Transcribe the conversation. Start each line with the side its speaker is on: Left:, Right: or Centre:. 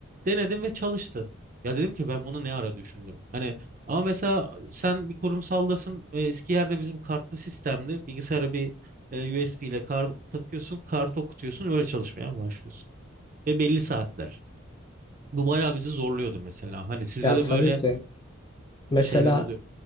Right: Denedim ve çalıştı. Ya dedim ki ben bunu ne ara düşündüm. Hani ama mesela sen bir kurumsaldasın. e, Eski yerde bizim kartlı sistemli Bilgisayara bir e, USB ile kar takıyorsun. Kart okutuyorsun. Öyle çalışmaya başlıyorsun. Ve belli saatler. Bu bayağı bizi zorluyordu mesela. Hani sizde
Left: Ya
Right: de
Left: tabii
Right: böyle
Left: ki. Mesela
Right: şeyler oluyor.